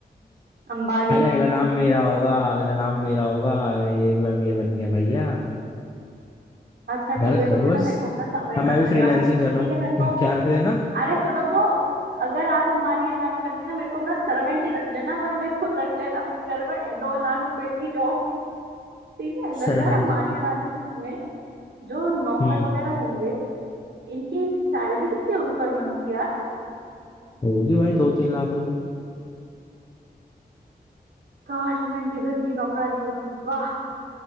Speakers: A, on the right (about 80°); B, on the left (about 25°).
A: अंबानी
B: अरे अगला नाम मेरा होगा अगला नाम मेरा होगा ये भी अमीर बन गया भैया
A: अच्छा ठीक
B: मेहनत
A: है
B: करो
A: तो फिर
B: बस
A: ना मेरे को अपना सावेंट
B: हाँ मैं
A: रख
B: भी फ्रीलांसिंग
A: लेना
B: कर रहा
A: ठीक
B: हूँ
A: है मेरे को
B: <laughs> क्या रख लेना
A: अरे सुनो तो अगर आप अंबानी अडानी बन गए ना मेरे को अपना सर्वेंट ही रख लेना पर मेरे को रख लेना अपने घर में दो लाख रुपए की जॉब ठीक है वैसे
B: सर्वेंट
A: यार अंबानी अडानी के घर में जो नौकर
B: हम्म
A: वगैरह होंगे इनकी सैलरी कितनी होगी पर मंथ की यार
B: होगी भाई दो तीन लाख रुपए
A: काश मैं इनके घर की नौकरानी होती वाह